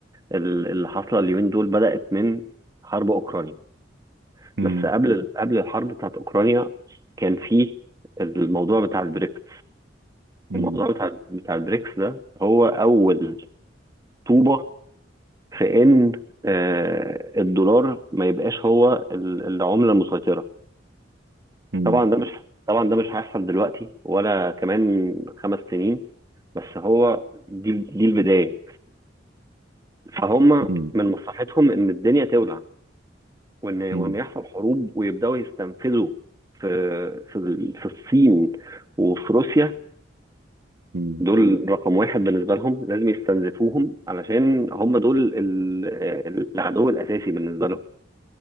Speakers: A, on the right (about 20°); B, on the right (about 70°).
A: ال- اللي حاصله اليومين دول بدات من حرب اوكرانيا
B: مم،
A: بس قبل قبل الحرب بتاعت اوكرانيا كان في الموضوع بتاع البريكس
B: مم،
A: الموضوع بتاع بتاع البريكس ده هو اول طوبه في ان آه، الدولار ما يبقاش هو ال- العمله المسيطره
B: مم،
A: طبعا ده مش طبعا ده مش هيحصل دلوقتي ولا كمان خمس سنين بس هو دي دي البداية فهم
B: مم،
A: من مصلحتهم ان الدنيا تولع وان
B: مم،
A: وان يحصل حروب ويبداوا يستنفذوا في في ال- في الصين وفي روسيا
B: مم،
A: دول رقم واحد بالنسبة لهم لازم يستنزفوهم علشان هم دول ال- ال- العدو الأساسي بالنسبة لهم